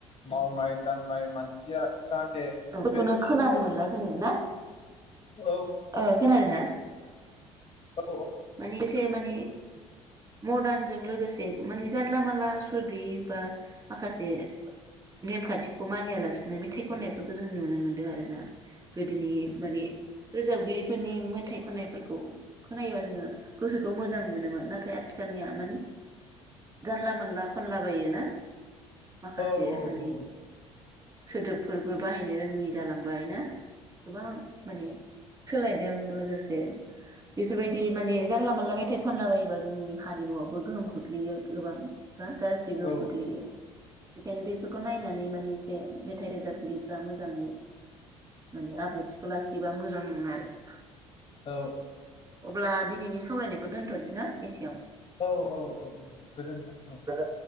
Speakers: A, on the left; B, on the right.
A: मावनाय दांनाय मानसिया जाहाथे
B: <inaudible>
A: बे जिउआव
B: खोनानो मोनला जोङो ना
A: औ
B: ओ खोनादों ना
A: औ
B: मानि एसे मानि मर्दानजों लोगोसे माने जानला मानला सुर गैयि बा माखासे नेमखान्थिखौ मानियालासिनो मेथाइ खननायफोरखौ जों नुनो मोनदों आरो ना गोदोनि माने रोजाबगिरि फोरनि मेथाइ खनायफोरखौ खोनायोबा जोङो गोसोखौ मोजां मोनोमोन नाथाय आथिखालनिया माने जानला मानला खनला बायो ना माखासे
A: औ औ औ।
B: माने सोदोबफोरबो बाहायनो रोङि जालांबाय ना गोबां माने सोलायदों लोगोसे बेफोरबायदि माने जानला मानला मेथाइ खनला बायोबा जोंनि हारिमुवआवबो गोहोम खोख्लैयो गोबां गाज्रि गोहोम
A: औ
B: खोख्लैयो बेखायनो बेफोरखौ नायनानै माने एसे मेथाइ रोजाबगिरिफ्रा मोजाङै माने आब्रुथिखौ लाखियोबा मोजां आरोना।
A: औ
B: अब्ला दिनैनि सावरायनायखौ दोनथनोस ना एसे।
A: औ औ औ औ गोजोन्थों।
B: गोजोन